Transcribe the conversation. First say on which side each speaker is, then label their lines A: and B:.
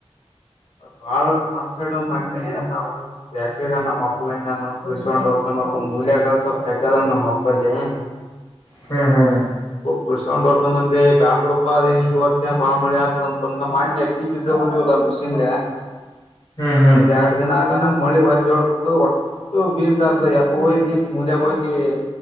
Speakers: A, on the left (about 75°); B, on the left (about 30°).
A: ಬಾಳ ನಮ್ ಸಡ್ ಮೊನ್ನೆ ನಾವು ಬ್ಯಾಸಿಗ ನಮ್ಮ ಅಪ್ಪಗನ್ನಾನ ಉರ್ಸ್ಕೊಂಡು ಓಡ್ಸೊಂಡಪ್ಪ ಮೂಲ್ಯಗಳು ಸ್ವಲ್ಪ ತೆಗದ ನಮ್ಮ್ <unintelligible> ಮಗಬಲ್ಲಿೆ
B: ಹ್ಮ್ ಹಾ
A: ಕೃಷಿ ಒಂದ್ ವರ್ಷ ಮಂದಿ ಬ್ಯಾಳ್ ಗುಡಪ ಅದಏನ್ ಈ ವರ್ಷ ಏನ್ ಬಾಳ ಮಳೆ ಆಗ್ತದ ಅಂತಂದ ಮನ್ನ್ಯತಿೀ <unintelligible> ಬ ಜ ಉರಿ ಒಲ್ಲ ಮಷೀನ್
B: ಹ್ಮ್ ಹ್ಮ್
A: ಒಂದ್ ಎರಡ್ ದಿನ ಆಗಾನ ಮಳಿ ಹೊಜ್ ಜೋಳ ಹತದಟ್ಟ ಬೀ ಹಾರದ ಎಪ್ಪ ಹೋಯ್ಷ್ಟ ಮೂಲ್ಯಾಗ ಹೋಗಿ